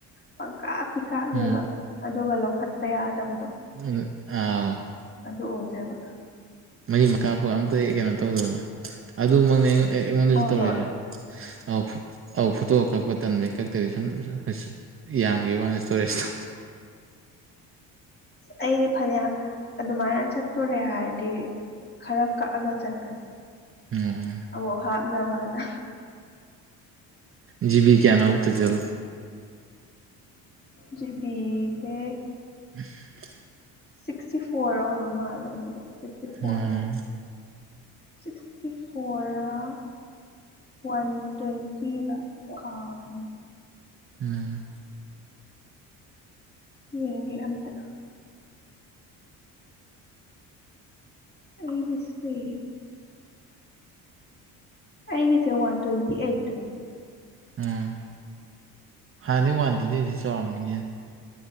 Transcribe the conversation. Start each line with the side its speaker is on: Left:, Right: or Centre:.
Left: ꯄꯪꯀꯥꯞꯇꯤ ꯀꯥꯞꯅꯤꯕ
Right: ꯎꯝ
Left: ꯑꯗꯨꯒ ꯂꯧꯈꯠꯄ ꯌꯥꯗꯕꯗꯣ
Right: ꯎꯝ ꯑꯥꯎ
Left: ꯑꯗꯨ ꯑꯣꯏꯗꯣꯏꯕ
Right: ꯃꯔꯤꯃꯛ ꯀꯥꯞꯄꯥ ꯑꯝꯇ ꯀꯩꯅꯣ ꯇꯧꯗꯕꯗꯣ ꯑꯗꯨꯃꯛꯅꯦ ꯑꯩꯉꯣꯟꯗꯁꯨ
Left: ꯍꯣꯏ
Right: ꯇꯧꯔꯤꯁꯦ
Left: ꯍꯣꯏ
Right: ꯑꯧꯑꯧ ꯐꯣꯇꯣꯒ ꯀꯛꯄ ꯇꯟꯕꯩ ꯀꯛꯇꯕꯤ ꯁꯨꯝ <unintelligible> ꯌꯥꯝꯒꯤꯕ ꯋꯥꯅꯦ ꯏꯁꯇꯣꯔꯦꯖꯇꯣ
Left: ꯑꯩꯗꯤ ꯐꯅ꯭ꯌꯥ ꯑꯗꯨꯃꯥꯏꯅ ꯆꯠꯇꯣꯔꯦ ꯍꯥꯏꯔꯗꯤ ꯈꯔ ꯀꯛꯑꯒ ꯆꯠꯄꯅꯦ
Right: ꯎꯝ
Left: ꯑꯃꯨꯛ ꯍꯥꯞꯅꯕꯅꯥ
Right: ꯖꯤꯕꯤ ꯀꯌꯥꯅꯣꯕ ꯇꯣꯇꯜ
Left: ꯖꯤꯕꯤ ꯁꯦ
Right: <inaudible>
Left: ꯁꯤꯛꯁꯇꯤ ꯐꯣꯔ ꯑꯣꯏꯕ ꯃꯥꯜꯂꯦ ꯑꯩꯒꯤꯗꯣ ꯐꯣꯔ
Right: ꯎꯝ
Left: ꯁꯤꯛꯁꯇꯤ ꯐꯣꯔꯔꯥ ꯋꯥꯟ ꯇ꯭ꯋꯦꯟꯇꯤ ꯔ ꯀꯥꯎꯔꯦꯅꯦ
Right: ꯎꯝ
Left: ꯌꯦꯡꯒꯦ ꯑꯝꯇ ꯑꯩꯒꯤꯁꯤ ꯑꯩꯒꯤꯁꯦ ꯋꯥꯟ ꯇ꯭ꯋꯦꯟꯇꯤ ꯑꯩꯠꯇꯨꯅꯤ
Right: ꯎꯝ ꯍꯥꯟꯗꯤ ꯋꯥꯟ ꯇ꯭ꯋꯦꯟꯇꯤ ꯑꯩꯠꯁꯦ ꯆꯥꯎꯔꯝꯃꯤꯅꯦ